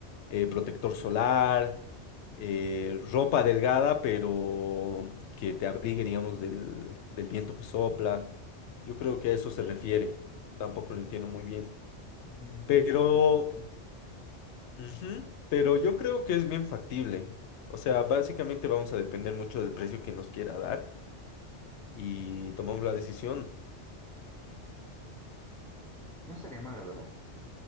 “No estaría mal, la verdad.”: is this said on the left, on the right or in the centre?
Centre